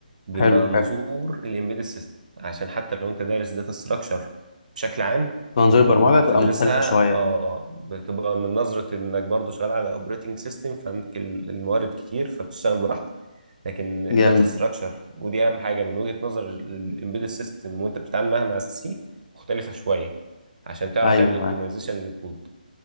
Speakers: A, on the right; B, on the left.
A: بمنظور
B: حلو حلو
A: الامبيدد سيستم عشان حتى لو انت دارس داتا ستراكشر بشكل عام
B: منظور البرمجه
A: ال- انت بتدرسها
B: تبقى مختلفه شويه
A: اه بتبقى من نظرة انك برضو شغال على اوبريتنج سيستم فعندك ال- الموارد كتير فبتشتغل براحتك لكن الداتا
B: جامد
A: ستراكشر ودي اهم حاجة من وجهة نظر الامبيدد سيستم وانت بتتعامل معاها مع السي مختلفة شوية عشان تعرف
B: ايوه
A: تعمل اوبتمايزيشن
B: أيوه.
A: للكود